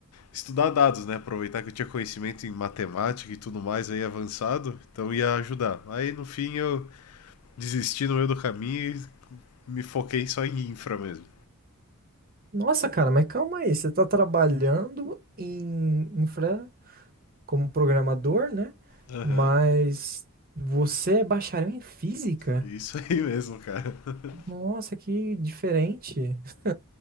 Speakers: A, on the left (about 75°); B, on the right (about 40°).
A: estudar dados, né? Aproveitar que eu tinha conhecimento em matemática e tudo mais aí avançado, então ia ajudar. Aí no fim eu desisti no meio do caminho e me foquei só em infra mesmo.
B: Nossa, cara, mas calma aí. Você tá trabalhando em infra como programador, né?
A: Aham.
B: Mas você é bacharel em física?
A: Isso aí mesmo, cara. <laughs>
B: Nossa, que diferente. <laughs>